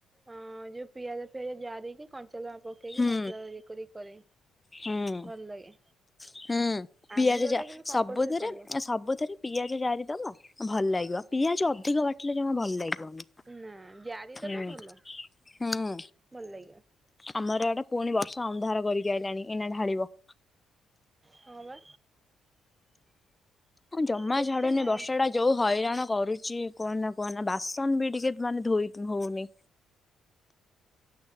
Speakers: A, on the right; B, on the left.
A: ଅଁ ଯୋଉ ପିଆଜ ଫିଆଜ ଜାରିକି କଞ୍ଚା ଲ ପକେଇକି
B: ହୁଁ
A: ମସଲା ଇଏ କରି କରେ
B: ହୁଁ
A: ଭଲ ଲାଗେ।
B: ହୁଁ
A: ଆମ୍ବୁଲ
B: ପିଆଜ ଯା
A: ଟା କିନ୍ତୁ କମ୍ପଲସରି
B: ସବୁଥିରେ
A: ପଡିବ।
B: ଆ ସବୁଥିରେ। ପିଆଜ ଜାରି ଦବ ଭଲ ଲାଗିବ ପିଆଜ ଅଧିକ ବାଟିଲେ ଜମା ଭଲ ଲାଗିବନି।
A: ନା ଜାରିଦବ
B: ହୁଁ
A: ଭଲ
B: ହୁଁ
A: ଭଲ ଲାଗିବ।
B: ଆମର ଏଆଡେ ପୁଣି ବର୍ଷା ଅନ୍ଧାର କରିକି ଆଇଲାଣି ଏଇନା ଢାଳିବ।
A: ହଁ ବା।
B: ଜମା
A: କେତେ
B: ଛାଡୁନି
A: ମା
B: ବର୍ଷା ଡା ଯୋଉ ହଇରାଣ କରୁଚି କୁହ ନା କୁହ ନା ବାସନ ବି ଟିକେ ମାନେ ଧୋଇ ହଉନି।